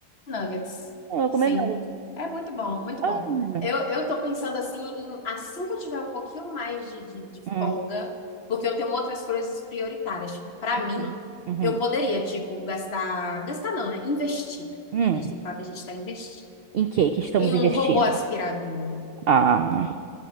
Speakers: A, on the left; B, on the right.
A: Nuggets,
B: Eu Não comer
A: sim.
B: nada.
A: É muito bom, muito
B: Ah,
A: bom.
B: hum,
A: Eu, eu tô pensando assim em assim que eu tiver um pouquinho mais de, de, de
B: hum,
A: folga, porque eu tenho outras coisas prioritárias. Tipo, pra
B: uhum,
A: mim,
B: uhum,
A: eu poderia, tipo, gastar. Gastar não, né? Investir.
B: hum.
A: A gente tem que falar que a gente tá investindo.
B: Em que que estamos
A: Em um
B: investindo?
A: robô aspirador.
B: Ah,